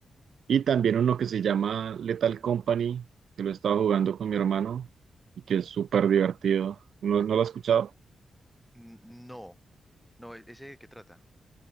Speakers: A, on the right; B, in the centre.
A: Y también uno que se llama Lethal Company, que lo he estado jugando con mi hermano y que es súper divertido. ¿No, no lo has escuchado?
B: N- No, no, e- ¿ese de qué trata?